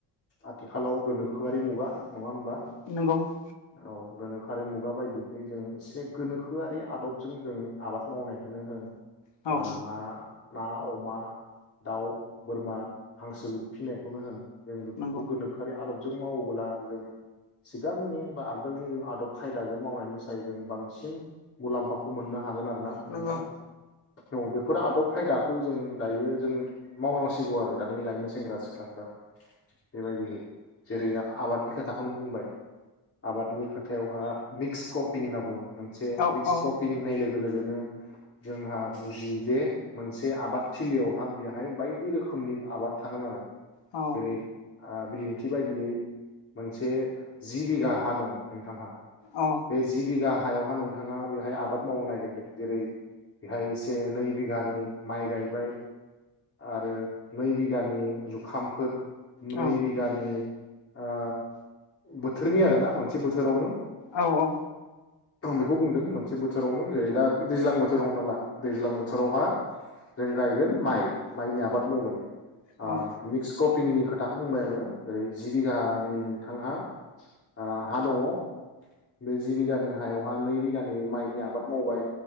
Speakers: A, on the left; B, on the left.
A: आथिखालाव गोनोखोआ मुगा नङा होमबा
B: नंगौ
A: औ गोनोखोआरि मुगा बायदिखैजों एसे गोनोखोआरि आदबजों जों आबाद मावनायखौनो होन
B: औ
A: बा ना ना अमा दाउ बोरमा हांसो बिदि फिसिनायखौनो होन जों बेफोरखौ
B: नंगौ
A: गोनोखोआरि आदब जों मावोब्ला जों सिगांनि बा आगोलनि जों आदब खायदाजों मावनायनि सायाव जों बां सिन मुलाम्फाखौ मोननो हागोन आरो ना
B: औ
A: नोंथां औ बेफोर आदब खायदाखौ जों दायो जों मावनांसिगौ आरो दानि लाइमोन सेंग्रा सिख्लाफ्रा बेबायदिहै जेरै आबादनि खोथाखौनो बुंबाय आबादनि खोथायावहा मिक्स क्रपिं होनना बुङो मोनसे मिक्स
B: औ
A: क्रपिं होन्नाय लोगो लोगो लोगोनो जोंहा बुजियो जे मोनसे आबादथिलियावहा बेहाय बायदि रोखोमनि आबाद थागोन आरो
B: औ
A: जेरै आ बिदिन्थि बायदियै मोनसे जि बिघा हा दं नोंथांहा
B: औ
A: बे जि बिघा हायावहा नों नोंथाङा बेहाय आबाद मावनो नागिरदों जेरै बेहाय से नै बिघानि माइ गायबाय आरो नै बि घानि जुखामफोर
B: औ
A: नै बिघानि ओ बोथोरनि आरोना मोनसे बोथोरावनो।
B: औ औ
A: खोम बेख बेखौ बुंदों मोनसे बोथोरावनो जेरै दा दैज्लां बोथोर हमना ला दैज्लां बोथोरावहा जों गायगोन माइ माइनि आबाद मावगोन
B: औ
A: ओ मिक्स क पिंनि खोथाखौ बुंबाय आङो जेरै जि बिघानि नोंथांहा ओ हा दङ बे जि बिघानि हायाव हान नै बिघानि माइनि आबाद मावबाय